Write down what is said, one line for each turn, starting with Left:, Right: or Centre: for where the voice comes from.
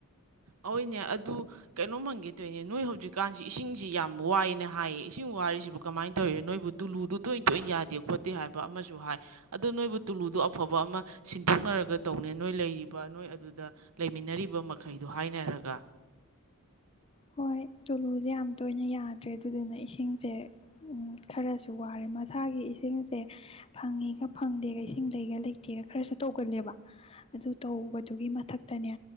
Right: ꯍꯅꯦ ꯑꯗꯨ ꯀꯩꯅꯣ ꯃꯪꯒꯦ ꯇꯣꯏꯅꯦ ꯅꯣꯏ ꯍꯧꯖꯤꯛ ꯀꯥꯟꯁꯤ ꯏꯁꯤꯡꯁꯤ ꯌꯥꯝ ꯋꯥꯏꯅ ꯍꯥꯏꯌꯦ ꯏꯁꯤꯡ ꯋꯥꯔꯤꯔꯤꯁꯤꯕꯨ ꯀꯃꯥꯏꯅ ꯇꯧꯏ ꯅꯣꯏꯕꯨ ꯇꯨꯂꯨꯗꯨꯣ ꯇꯣꯏ ꯇꯣꯏꯅ ꯌꯥꯗꯦ ꯈꯣꯠꯇꯦ ꯍꯥꯏꯕ ꯑꯃꯁꯨ ꯍꯥꯏ ꯑꯗꯣ ꯅꯣꯏꯕꯨ ꯇꯨꯂꯨꯗꯣ ꯑꯐꯕ ꯑꯃ ꯁꯤꯟꯗꯣꯛꯅꯔꯒ ꯇꯧꯅꯤ ꯅꯣꯏ ꯂꯩꯔꯤꯕ ꯅꯣꯏ ꯑꯗꯨꯗ ꯂꯩꯃꯤꯟꯅꯔꯤꯕ ꯃꯈꯩ ꯑꯗꯨ ꯍꯥꯏꯅꯔꯒ
Left: ꯍꯣꯏ ꯇꯨꯂꯨꯁꯦ ꯌꯥꯝ ꯇꯣꯏꯅ ꯌꯥꯗ꯭ꯔꯦ ꯑꯗꯨꯗꯨꯅ ꯏꯁꯤꯡꯁꯦ ꯈꯔꯁꯨ ꯋꯥꯔꯦ ꯃꯁꯥꯒꯤ ꯏꯁꯤꯡꯁꯦ ꯐꯪꯉꯤꯒ ꯐꯪꯗꯦꯒ ꯏꯁꯤꯡ ꯂꯩꯒ ꯂꯩꯇꯦꯒ ꯈꯔꯁꯨ ꯇꯧꯒꯜꯂꯦꯕ ꯑꯗꯨ ꯇꯧꯕꯗꯨꯒꯤ ꯃꯊꯛꯇꯅꯦ